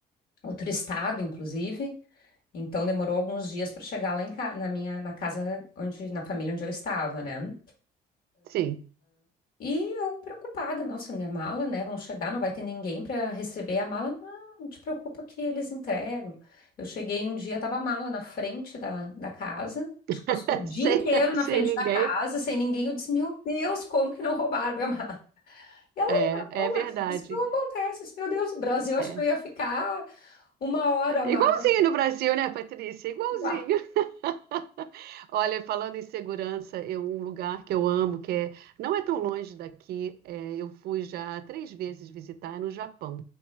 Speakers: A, on the left; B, on the right.
A: outro estado, inclusive. Então demorou alguns dias para chegar lá em ca- na minha na casa onde na família onde eu estava, né?
B: sim.
A: E eu preocupada, nossa, minha mala, né? Vão chegar, não vai ter ninguém para receber a mala. Não, não te preocupa que eles entregam. Eu cheguei um dia, tava a mala na frente da, da casa, acho
B: <laughs>
A: que passou o dia
B: Sem,
A: inteiro na
B: sem
A: frente
B: ninguém.
A: da casa, sem ninguém. Eu disse, meu Deus, como que não roubaram minha mala? E ela,
B: É,
A: não,
B: é verdade.
A: aqui isso não acontece. Eu disse, meu Deus, o Brasil, acho
B: É.
A: que eu ia ficar uma hora a mala.
B: Igualzinho no Brasil, né, Patrícia? Igualzinho.
A: Uá.
B: <laughs> Olha, falando em segurança, eu, um lugar que eu amo, que é, não é tão longe daqui, é, eu fui já três vezes visitar, é no Japão.